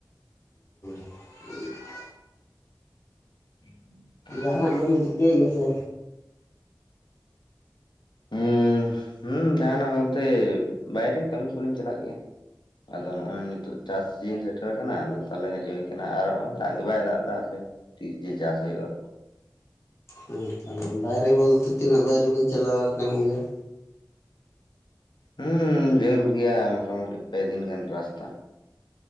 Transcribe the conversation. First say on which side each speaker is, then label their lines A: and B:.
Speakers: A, on the left; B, on the left.
A: <inaudible>
B: ᱦᱮᱸ <inaudible>
A: ᱡᱟᱦᱟᱸᱱᱟᱜ ᱜᱮᱵᱤᱱ ᱪᱤᱠᱟᱹᱭ ᱜᱮᱭᱟ ᱥᱮ
B: ᱩᱸ ᱦᱩᱸ ᱡᱟᱦᱟᱸᱱᱟᱜ ᱵᱚᱞᱛᱮ ᱵᱟᱭᱨᱮ ᱠᱟᱹᱢᱤ ᱠᱚᱞᱤᱧ ᱪᱟᱞᱟᱜ ᱜᱮᱭᱟ ᱟᱫᱚ ᱱᱚᱜᱼᱚᱭ ᱱᱤᱛᱳᱜ ᱪᱟᱥ <unintelligible> ᱥᱮᱴᱮᱨ ᱠᱟᱱᱟ ᱟᱫᱚ ᱛᱟᱦᱞᱮ ᱦᱮᱡ ᱦᱳᱭ ᱠᱟᱱᱟ ᱟᱨ ᱱᱚ-ᱚᱭ ᱫᱟᱜ ᱜᱮ ᱵᱟᱭ ᱫᱟᱜ ᱫᱟ ᱦᱟᱯᱮ ᱛᱤᱥ ᱡᱮ ᱪᱟᱥ ᱦᱩᱭᱩᱜ-ᱟ
A: ᱦᱮᱸ ᱛᱚ ᱵᱟᱭᱨᱮ ᱵᱚᱞᱛᱮ ᱛᱤᱱᱟᱹᱜ ᱵᱟᱭᱨᱮ ᱵᱤᱱ ᱪᱟᱞᱟᱣ ᱟᱠᱟᱱ ᱜᱮᱭᱟ
B: ᱦᱩᱸ ᱡᱷᱟᱹᱞ ᱜᱮᱭᱟ ᱢᱚᱴᱟ ᱢᱩᱴᱤ ᱯᱮ ᱫᱤᱱ ᱜᱟᱱ ᱨᱟᱥᱛᱟ